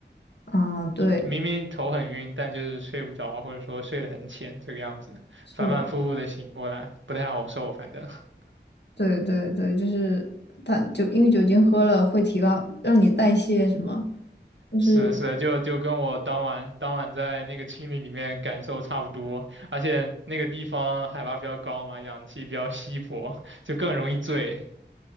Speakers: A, on the left (about 65°); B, on the right (about 85°).
A: 啊，对，
B: 就明明头很晕，但就是睡不着，或者说睡得很浅，这个样子，
A: 是的。
B: 反反复复的醒过来，不太好受。反正 <laughs>
A: 对对对，就是它就因为酒精喝了会提高，让你代谢什么，就是
B: 是的是的，就就跟我当晚当晚在那个青旅里面感受差不多，而且那个地方海拔比较高嘛，氧气比较稀薄，就更容易醉。<laughs>